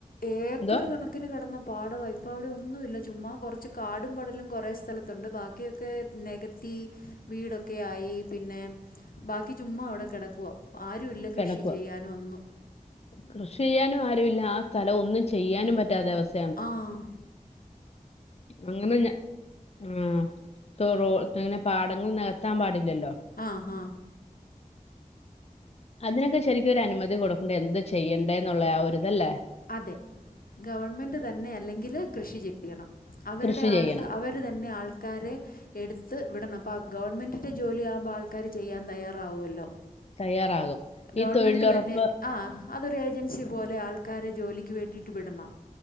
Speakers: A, on the left; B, on the left.
A: ഏക്കറ്
B: എന്തോ
A: കണക്കി ഒത്തിരി കെടന്ന പാടവ ഇപ്പെ അവിടെ ഒന്നും ഇല്ല ചുമ്മാ കെറച്ച് കാടും പടലും കെറേ സ്ഥലത്തുണ്ട് ബാ ക്കിയൊക്കെ നെകത്തി വീടൊക്കെയായി പിന്നെ ബാക്കി ചുമ്മാ അവിടെ കെടക്കുവ ആരുയില്ല കൃഷി
B: കിടക്കുക
A: ചെയ്യാനും ഒന്നും
B: കൃഷി ചെയ്യാനും ആരും ഇല്ല ആഹ് സ്ഥലം ഒന്നും ചെയ്യാനും പറ്റാത്ത അവസ്ഥ
A: ആഹ്
B: അങ്ങനെ ഞ ആഹ് റോ അങ്ങനെ പാടങ്ങൾ നെകത്താൻ പാടില്ലല്ലോ
A: ആഹ് ആഹ്
B: അതിനൊക്കെ ശരിക്കും ഒരു അനുമതി കൊടുക്കണ്ടേ എന്തു ചെയ്യണ്ടേ എന്നുള്ള ആഹ് ഒരിത് അല്ലേ
A: അതെ ഗവൺമെന്റ് തന്നെ അല്ലെങ്കില് കൃഷി ചെയ്യണം അവരു
B: കൃഷി
A: ആൾക്ക
B: ചെയ്യണം
A: അവരു ഇത് തന്നെ ആൾക്കാരെ എടുത്ത് വിടണം അപ്പൊ ഗവൺമെന്റിന്റെ ജോലി ആകുമ്പം ആൾക്കാര് ചെയ്യാൻ തയ്യാറാവുവല്ലോ
B: തയ്യാറാകും ഈ
A: ഗവൺമെന്റ്
B: തൊഴിലുറപ്പ്
A: തന്നെ ആഹ് അതൊരു ഏജൻസി പോലെ ആൾക്കാരെ ജോലിക്ക് വേണ്ടിയിട്ട് വിടണം